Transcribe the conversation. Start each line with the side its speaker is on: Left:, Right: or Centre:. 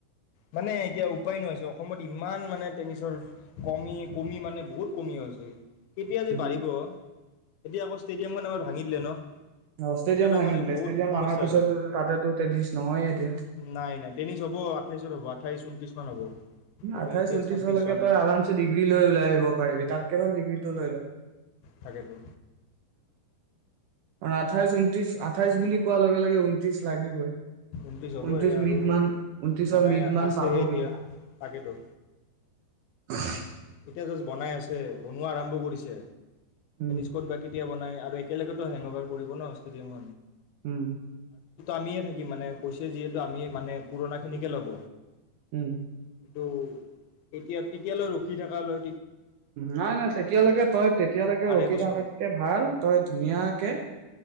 Left: মানে এতিয়া উপায় নহ হৈছে অসমত ইমান মানে টেনিছৰ কমি কমি মানে বহুত কমি হৈছে কেতিয়া যে
Right: উম
Left: বাঢ়িব এতিয়া আকৌ ষ্টেডিয়ামখন আমাৰ ভাঙি দিলে ন
Right: অ ষ্টেডিয়াম
Left: সেইটো এটা
Right: ভাঙি
Left: মানে
Right: দিলে
Left: বহুত
Right: ষ্টেডিয়াম
Left: সমস্যা
Right: ভাঙাৰ পিছতো
Left: হৈ গ'ল
Right: তাতে টেনিছ নহয়ে এতিয়া
Left: নাই নাই টেনিছ হ'ব আঠাইছত হ'বঠাইছ উন্ত্ৰিছ মান হ'ব গতিকে
Right: আঠাইছ
Left: এতিয়া
Right: ঊনত্ৰিশলৈকে
Left: ছাব্বিছ চন
Right: তই আৰামছে ডিগ্ৰী লৈ ল আহিব পিবি তাত কেবল ডিগ্ৰী লৈ ল
Left: তাকে তো
Right: মানে আঠাইশ ঊনত্ৰিশ আঠাইশ বুলি কোৱাৰ লগে লগে ঊনত্ৰিশ লাগিবই
Left: ঊনত্ৰিছ
Right: ঊনত্ৰিশ
Left: হ'বহ আৰু
Right: মিড মান ঊনত্ৰিশৰ
Left: বনাই
Right: মিড মান
Left: আছেহে
Right: পাবগে
Left: এতিয়া তাকেত
Right: <unintelligible>
Left: এতিয়া জাষ্ট বনাই আছে বনোৱা আৰম্ভ কৰিছে
Right: উম
Left: স্কট বা কেতিয়া বনাই আৰু একেলগেতো হেংবাৰ কৰিব ন ষ্টেডিয়াম
Right: হম
Left: আমিয়ে থাকিম মানে কৈছে যিহেতু আমি মানে পুৰণা খিনিকে ল'ব
Right: উম
Left: ত এতিয়া তেতিয়ালৈ ৰখি থকা লৈ
Right: নাই নাই তেতিয়ালৈকে তই তেতিয়ালৈকে
Left: আঢ়ৈ
Right: ৰখি
Left: বছৰ
Right: থকাতকে ভাল তই ধুনীয়াকে